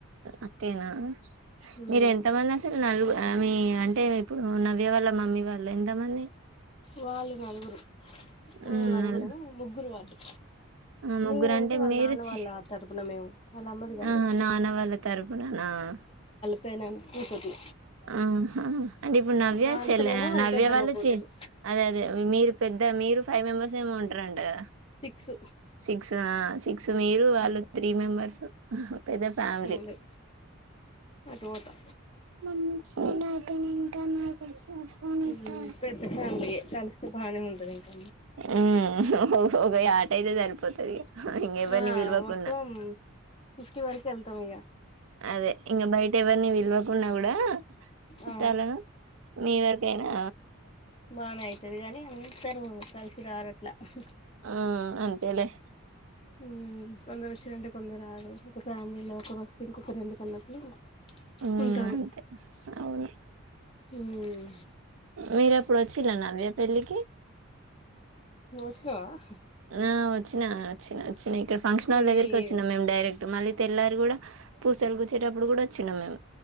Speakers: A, on the right; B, on the left.
A: అక్కేనా
B: ఉమ్,
A: మీర్ ఎంత మంది అసలు నలుగ్ ఆమే అంటే ఇప్పుడు నవ్య వాళ్ళ మమ్మీ వాళ్ళు ఎంతమంది?
B: వాళ్ళు నలుగురు ఆ
A: ఉమ్
B: నలుగురేనా
A: నల్
B: ముగ్గురు వాళ్ళు
A: ఆ ముగ్గురు
B: మేమంటే
A: అంటే
B: వాళ్ళ
A: మీరు
B: నాన్న
A: చి
B: వాళ్ళ తరపున మేము వాళ్ళ అమ్మది కాదు
A: ఆహా నాన్న వాళ్ళ తరపున నా ఆ
B: పెదనాన్న కూతుర్లు
A: ఆహా అంటే ఇప్పుడు నవ్య
B: వానసనేమో
A: చెల్లె ఆ నవ్య
B: పెద్దమ్మ
A: వాళ్ళ
B: కూతురు
A: చి అదే అదే మీరు పెద్ద మీరు ఫైవ్ మెంబర్స్ ఏమో ఉంటారంట కదా?
B: సిక్స్
A: సిక్స్ ఆ సిక్స్ మీరు వాళ్ళు త్రీ మెంబర్స్ ఆహ్ పెద ఫ్యామిలీ
B: ఉంది అటు పోతా
A: ఉమ్ <inaudible> సౌండ్ ఆపేను ఇంకా నాకు ఫోన్
B: ఉమ్
A: ఇత్తవా
B: పెద్ద ఫ్యామిలీయే కలిస్తే బానే ఉంటది ఇంక
A: ఉమ్ ఓహ్ హొ హో ఒక యాట ఐతే సరిపోతది ఇగ ఇంకెవరిని
B: ఆ
A: పిలవకున్నా
B: మొత్తం ఫిఫ్టీ వరకు ఎళ్తం ఇగ
A: అదే ఇంగ బయట ఎవరిని విల్వకున్నా కూడా చుట్టాలా
B: ఆ
A: మీవ అదేనా
B: బానే అయితది కానీ అంతరు కలిసి రారు అట్ల ఉహ్
A: ఆ అంతేలే హ్
B: ఉమ్ కొందరు వచ్చారంటే కొందరు రారు ఒక ఫ్యామిలీలో ఒకరు వస్తే ఇంకొరు ఎందుకు అన్నట్లు
A: ఉమ్
B: ఉంటారు
A: అంతే అహ్ అవును
B: ఉమ్మ్
A: మీరు ఎప్పుడు అచిర్ర నవ్య పెళ్లికి
B: ఛ ఉహ్
A: ఆ వచ్చినా వచ్చినా వచ్చినా ఇక్కడ ఫంక్షన్హాల్
B: ఏమో
A: దగ్గరికి వచ్చినం మేము డైరెక్ట్ మళ్ళీ తెల్లారి కూడా పూసలు గుచ్చేటప్పుడు కూడా వచ్చినాం మేము